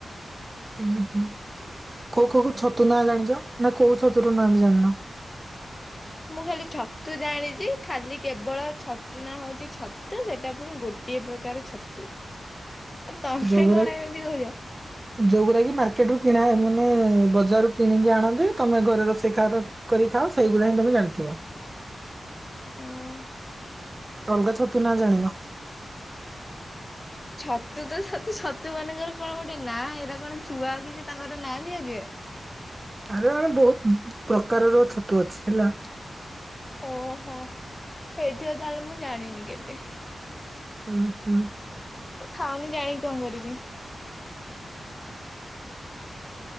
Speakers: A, on the right (about 20°); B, on the left (about 25°).
A: ହୁଁଁ ହୁଁ କୋଉ କୋଉ ଛତୁ ନାଁ ଜାଣିଛ ନା କୋଉ ଛତୁରୁ ନାଁ ବି ଜାଣିନ।
B: ମୁଁ ଖାଲି ଛତୁ ଜାଣିଛି ଖାଲି କେବଳ ଛତୁ ନା ହଉଛି ଛତୁ ସେଟା ପୁଣି ଗୋଟେ ଗୋଟିଏ ପ୍ରକାର ଛତୁ। ଆଉ ତମେ
A: ଜବରେ
B: କଣ ଏମିତି କହୁଛ?
A: ଯୋଉା କି ମାର୍କେଟ ରୁ କିଣା ମାନେ ବଜାରୁ କିଣିକି ଆଣନ୍ତି ତମେ ଘରେ ରୋଷେଇ କ କରି ଖାଅ ସେଇଗୁା ହିଁ ତମେ ଜାଣିଥିବ।
B: ହଁ।
A: ଅଲଗା ଛତୁ ନା ଜାଣିନ।
B: ଛତୁ ତ ତୁ ଛତୁ ମାନଙ୍କର କଣ ଗୋଟେ ନାଁ ଏଇଟା କଣ ଛୁଆ କିଛି ତାଙ୍କର ନାଁ ଦିଆଯଏ।
A: ଆରେ ମାନେ ବହୁତ ପ୍ରକାରର ଛତୁ ଅଛି ହେଲା।
B: ଓହୋ ହେଇଥିବ ତାହେଲେ ମୁଁ ଜାଣିନି କେବେ।
A: ହୁଁ ହୁଁ।
B: ଖାଉନି ଜାଣି କଣ କରିବି?